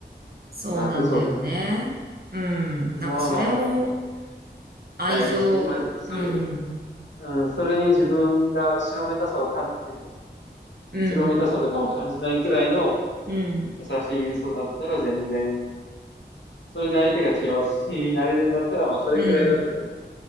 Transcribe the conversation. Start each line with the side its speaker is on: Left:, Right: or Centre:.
Right: そうなんだよね。
Left: まあ、嘘っ
Right: うん、
Left: ていうのは、
Right: なんかそれも
Left: まあ、
Right: 愛情、
Left: 大事。まあ、それ、
Right: うん、
Left: うん、それに自分が後ろめたさをかん、なんか、
Right: うん、
Left: 後ろめたさとかを感じないくらいの
Right: うん、
Left: 優しい嘘だったら全然、それで相手が幸せになれるんだったら、まあ、それくらいだったら
Right: うん。